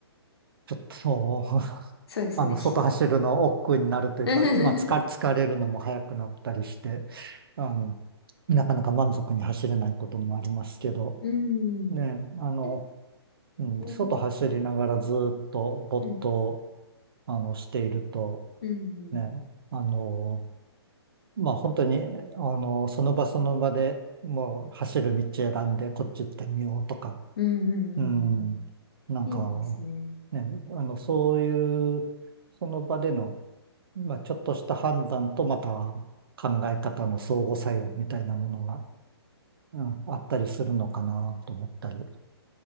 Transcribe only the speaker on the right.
ちょっとそう、<laughs>
あの、外走るの億劫になるというか、
まあ、疲れ、疲れるのも早くなったりして、うん、なかなか満足に走れないこともありますけど、
ね、あの、
うん、
外走りながらずっと没頭、
あの、していると、
ね、あのーまあ本当に、あの、その場その場でもう走る道選んでこっち行ってみようとか、
うん、
なんか
ね、あの、そういう、その場での、まあちょっとした判断とまた考え方の相互作用みたいなものが、うん、あったりするのかなと思ったり、